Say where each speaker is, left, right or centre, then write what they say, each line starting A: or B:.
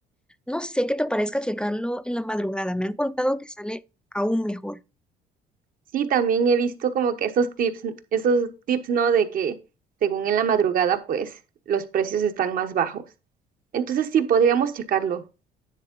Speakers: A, in the centre; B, on the right.
A: No sé qué te parezca checarlo en la madrugada. Me han contado que sale aún mejor.
B: Sí, también he visto como que esos tips, esos tips, ¿no? De que según en la madrugada, pues, los precios están más bajos. Entonces sí, podríamos checarlo.